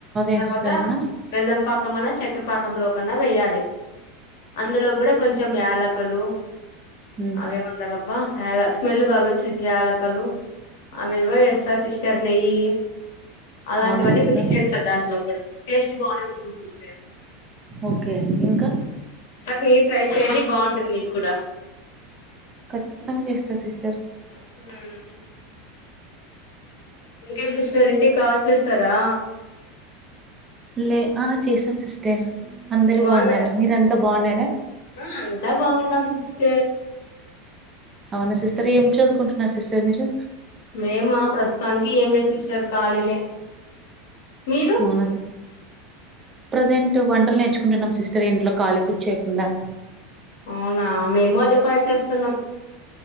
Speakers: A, on the right; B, on the left.
A: ఏం
B: తర్వాత
A: సిస్టర్ ఇంగా
B: బెల్లం పాకం అన్నా చక్కెరపాకంలో కన్నా వెేయాలి అందులో కూడా కొంచెం యాలకలు
A: ఉమ్
B: అవి ఏమంటారు బా హ స్మెల్ బాగాచ్చే యాలకులు అవేవో వేస్తారు సిస్టర్ నెయ్యి అలాంటివన్నీ
A: అవునా సిస్టర్
B: మిక్స్ చేస్తారు దాంట్లో కూడా టేస్ట్ బాగానే ఉంది సిస్టర్
A: ఓకే ఇంకా
B: అక్కడ మీరు ట్రై చేయడి బాగుంటుంది మీకు కూడా
A: ఖచ్చితంగా చేస్తా సిస్టర్
B: ఉమ్ ఇంకేం సిస్టర్ ఇంటికి కాల్ చేస్తారా
A: లే ఆ చేసాం సిస్టర్ అందరు
B: బాగున్నారా
A: బాగున్నారు మీరంతా బాగున్నారా
B: ఆ అంతా బాగున్నాం సిస్టర్
A: అవునా సిస్టర్ ఏం చదువుకుంటున్నారు సిస్టర్ మీరు
B: మేము ప్రస్తుతానికి ఏం లేదు సిస్టర్ కాలీనే మీరు
A: అవునా ప్రజెంట్ వంటలు నేర్చుకుంటున్నాం సిస్టర్ ఇంట్లో ఖాళీ కూర్చోకుండా
B: అవునా మేము అదే పని చేస్తున్నాం